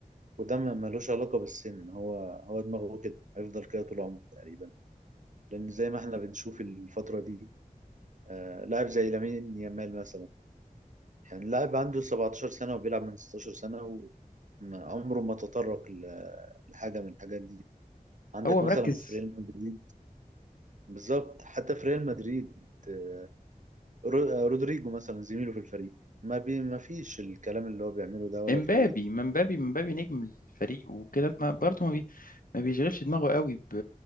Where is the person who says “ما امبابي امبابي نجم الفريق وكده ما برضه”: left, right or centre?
Left